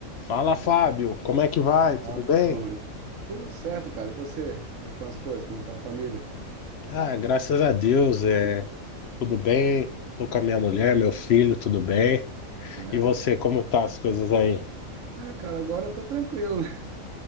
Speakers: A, on the left; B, on the right.
A: Fala, Fábio, como é que vai? Tudo
B: Fala,
A: bem?
B: Júlio. Tudo certo, cara. E você? Como é que estão as coisas? Como é que tá a família?
A: Ah, graças a Deus, é tudo bem. Tô com a minha mulher, meu filho, tudo bem.
B: Ah,
A: E você, como tá as coisas aí?
B: É? É, cara, agora tá tranquilo, né?